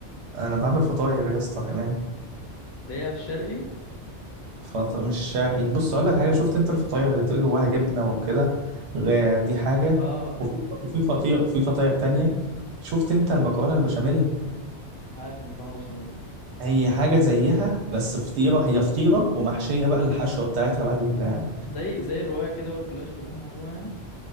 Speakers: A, on the right; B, on the left.
A: أنا بعمل فطاير يا اسطى كمان
B: اللي هي في الشرقي
A: فط... مش شرقي بص هقول لك حاجة شفت أنت الفطاير اللي تبقى جواها جبنة وكده غ- دي حاجة
B: اه
A: وفي
B: ايوه ايوه
A: وفي فطير في فطاير تانية شفت أنت المكرونة البشاميل
B: عارف المكرونة بشاميل
A: هي حاجة زيها بس فطيرة هي فطيرة ومحشية بقى الحشوة بتاعتها بقى
B: زي زي الرواية كده والجلاش باللحمة مفرومة يعني